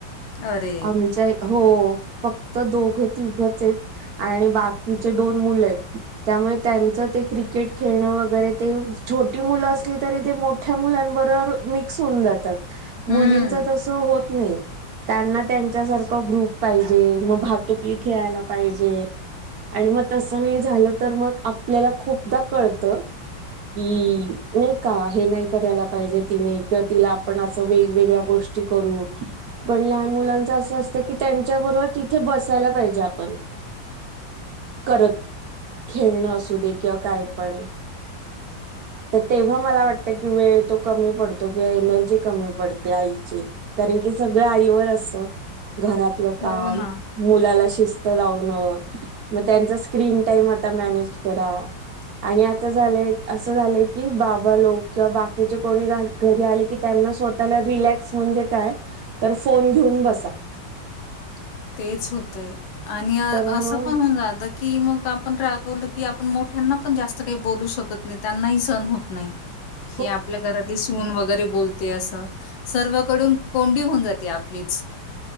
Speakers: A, on the left; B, on the right.
A: अरे!
B: आमच्या हो फक्त दोघं तिघं आहेत. आणि बाकीचे दोन मुलं आहेत. त्यामुळे त्यांचं ते क्रिकेट खेळणं वगैरे ते छोटी मुलं असली तरी ते मोठ्या मुला बरोबर ते मिक्स होऊन जातात. मुलींच
A: हम्म.
B: तस होत नाही. त्यांना त्यांच्यासारखं ग्रुप पाहिजे मग भातुकली खेळायला पाहिजे आणि मग तसं नाही झालं तर मग आपल्याला खूपदा कळतं हमकि नाही का हे नाही करायला पाहिजे किंवा तिला आपण असं वेगवेगळ्या गोष्टी करू पण लहान मुलांच असं असत की त्यांच्याबरोबर तिथे बसायला पाहिजे आपण करत खेळणं असू दे किं काय पण तर तेव्हा मला वाटतं की वेळ तो कमी पडतो किंवा एनर्जी कमी पडते आईची कारण की सगळं आईवर असतं घरातलं काम
A: हो ना.
B: मुलाला शिस्त लावण मग त्यांचा स्क्रीन टाइम आता मॅनेज करा आणि आता झालंय असं झालंय की बाबा लोक किंवा बाकीचे कोणी घरी आली की त्यांना स्वतःला रिलॅक्स म्हणजे काय तर फोन घेऊन बसा रीकाम आहे
A: तेच होतंय आणि असं
B: तर मग
A: पण होऊन जात कि मग आपण रागवलं की आपण मोठ्यांना पण जास्त काही बोलू शकत नाही त्यांनाही सहण होत नाही
B: रीकाम आहे
A: कि आपल्या घरातली सून वगैरे बोलते ते असं सर्वाकडून कोंडी होऊन जाते आपलीच